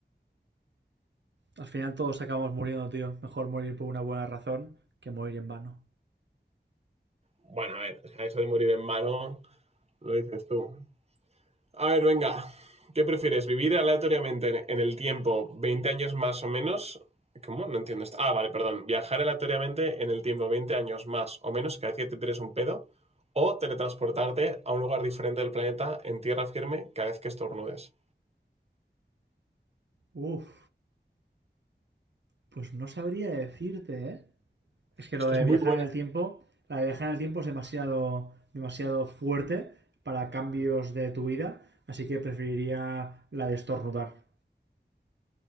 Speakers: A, on the right; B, on the right.
A: Al final todos acabamos muriendo, tío. Mejor morir por una buena razón que morir en vano.
B: Bueno, a ver, o sea, eso de morir en mano, lo dices tú. A ver, venga. ¿Qué prefieres? ¿Vivir aleatoriamente en en el tiempo 20 años más o menos? ¿Cómo? No entiendo esto. Ah, vale, perdón. ¿Viajar aleatoriamente en el tiempo 20 años más o menos cada vez que te tires un pedo? ¿O teletransportarte a un lugar diferente del planeta en tierra firme cada vez que estornudes?
A: Uf, pues no sabría decirte, ¿eh? Es que
B: Esta
A: lo de
B: es muy
A: viajar
B: buena.
A: en el tiempo, la de viajar en el tiempo es demasiado, demasiado fuerte para cambios de tu vida, así que preferiría la de estornudar.